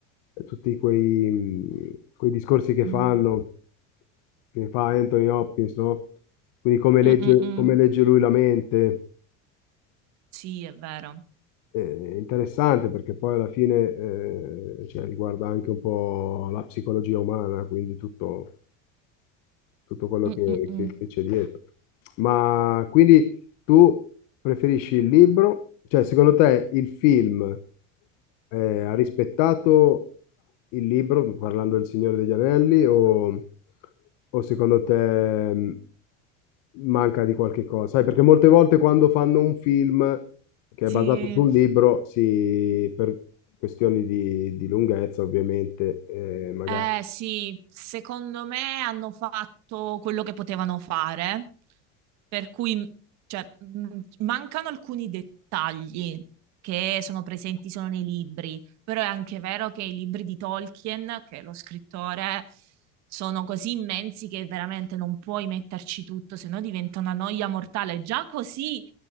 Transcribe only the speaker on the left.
tutti quei, quei discorsi che
fanno, che fa Anthony Hopkins, no? Quindi come legge,
come legge lui la mente,
eh, è interessante perché poi alla fine, eh, cioè, riguarda anche un po' la psicologia umana, quindi tutto tutto quello
che,
che- che c'è dietro. Ma quindi tu preferisci il libro? Cioè, secondo te il film eh, ha rispettato il libro, parlando del Signore degli Anelli, o, o secondo te mh, manca di qualche cosa? Sai, perché molte volte quando fanno un film che è
basato su un libro, si, per questioni di, di lunghezza, ovviamente, eh, magari